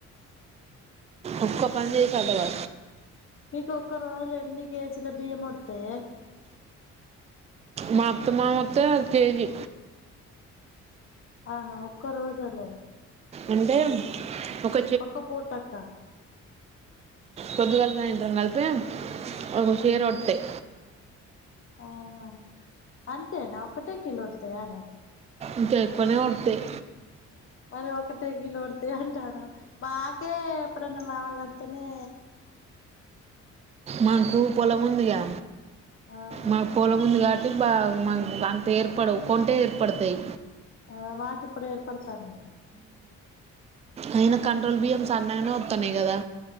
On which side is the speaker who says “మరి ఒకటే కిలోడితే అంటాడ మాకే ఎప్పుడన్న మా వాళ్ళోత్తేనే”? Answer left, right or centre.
Left